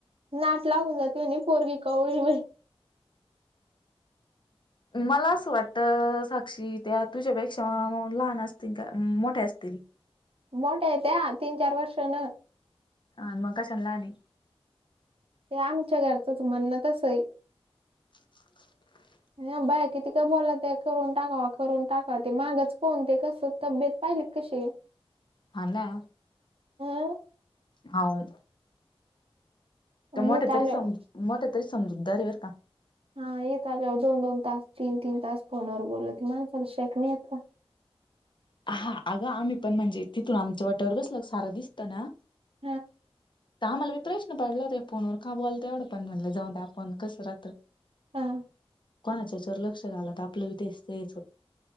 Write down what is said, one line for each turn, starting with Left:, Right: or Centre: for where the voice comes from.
Right: नाट लागून जाते नी पोरगी कवळीय बाई.
Left: मला असं वाटतं साक्षी त्या तुजा पेक्षा मग लहान असतीन का मोठ्या असतील.
Right: मोठ्या आहे त्या तीन-चार वर्षा ना.
Left: आन मग कशान नाही आली.
Right: ते आमच्या घरचच म्हणन तस हाय.
Left: <unintelligible>
Right: ह बाय किती का बोला ते करून टाकाव. करून टाकाव. ते मागच कोण ते. कस तब्येत पाहिली कशी आहे.
Left: हा ना.
Right: अं
Left: हाउ. तर
Right: आणि
Left: मोठ्या
Right: इथं
Left: तरी
Right: आलोय
Left: समजू मोठ्या तरी समजूतदार आहे बर का?
Right: हा येत आलेवर दोन-दोन तास, तीन-तीन तास फोनवर बोलते. माग लोक ना शेक नाही येत का?
Left: हा अगं आम्ही पण म्हणजे तिथून आमच वाटावर बसलना की सार दिसत ना.
Right: ह.
Left: इत आम्हाला मी प्रश्न पडला होता फोनवर का बोलताय तेवढ पण. म्हणटल जाऊ द आपण कस राहत
Right: ह.
Left: कोणाच्या हेच्यावर लक्ष घालात आपल्याला तेच तेच